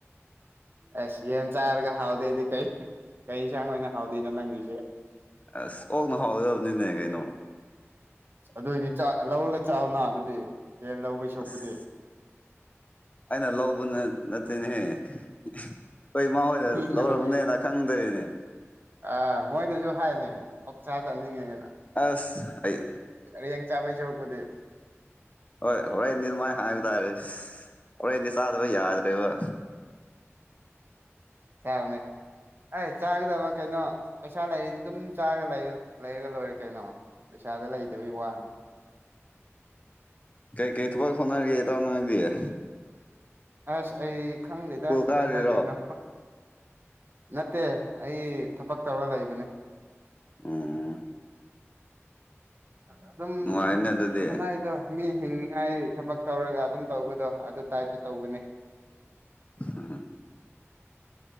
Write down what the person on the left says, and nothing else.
ꯑꯁ ꯑꯣꯛꯅ ꯍꯥꯎꯒꯗꯕꯅꯤꯅꯦ ꯀꯩꯅꯣ
ꯑꯁ ꯑꯩꯅ ꯂꯧꯕ ꯅꯠꯇꯦꯅꯦꯍꯦ ꯑꯩꯣꯏꯃ ꯍꯣꯏꯅ
ꯂꯧꯔꯔꯕꯅꯦꯅ
ꯈꯪꯗ꯭ꯔꯤꯅꯦ
ꯑꯁ ꯑꯩ
ꯍꯣꯏ ꯍꯣꯔꯦꯟ ꯅꯤꯔꯃꯥꯏ ꯍꯥꯏꯕ ꯇꯥꯏꯔꯦ ꯀꯗꯤ ꯁꯥꯗꯕ ꯌꯥꯗ꯭ꯔꯦꯕ
<inaudible> <unintelligible> ꯀꯩꯀꯩ ꯊꯕꯛ ꯍꯣꯠꯅꯔꯤꯒꯦ ꯇꯥꯎꯅꯉꯗꯤꯌꯦ
ꯀꯥꯔꯤꯔꯣ
ꯑꯣ
ꯅꯨꯡꯉꯥꯏꯅꯦ ꯑꯗꯨꯗꯤ
ꯑ